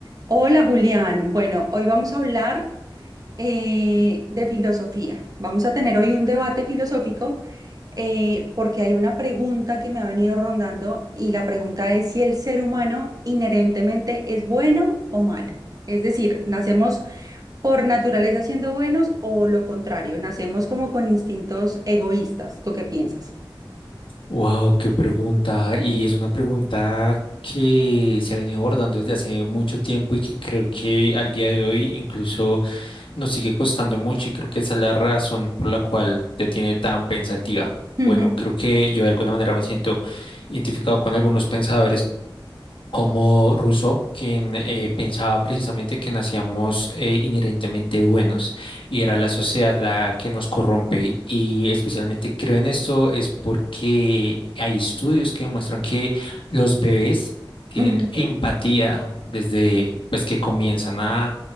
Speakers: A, on the right (about 45°); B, on the left (about 80°).
A: Hola Julián, bueno, hoy vamos a hablar eh, de filosofía. Vamos a tener hoy un debate filosófico eh, porque hay una pregunta que me ha venido rondando y la pregunta es si el ser humano inherentemente es bueno o malo. Es decir, ¿nacemos por naturaleza siendo buenos o lo contrario? ¿Nacemos como con instintos egoístas? ¿Tú qué piensas?
B: Wow, qué pregunta. Y es una pregunta que se ha venido abordando desde hace mucho tiempo y que creo que al día de hoy incluso nos sigue costando mucho y creo que esa es la razón por la cual te tiene tan pensativa.
A: Ujú,
B: Bueno, creo que yo de alguna manera me siento identificado con algunos pensadores como Rousseau, quien eh, pensaba precisamente que nacíamos eh, inherentemente buenos y era la sociedad la que nos corrompe. Y especialmente creo en esto es porque hay estudios que demuestran que los bebés tienen
A: ujú.
B: empatía desde pues que comienzan a